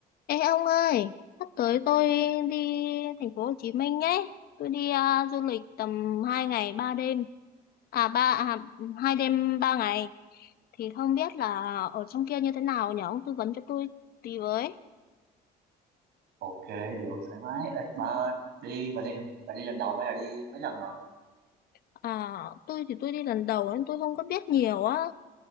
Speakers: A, on the left; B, on the right.
A: Ê ông ơi, sắp tới tôi đi thành phố Hồ Chí Minh ấy. Tôi đi à, du lịch tầm 2 ngày 3 đêm. À ba à, 2 đêm 3 ngày thì không biết là ở trong kia như thế nào nhỉ? Ông tư vấn cho tôi tí với.
B: ok được thoải mái ít bà đi bà đi bà đi lần đầu hay là đi mấy lần rồi
A: À tôi thì tôi đi lần đầu nên tôi không có biết nhiều á.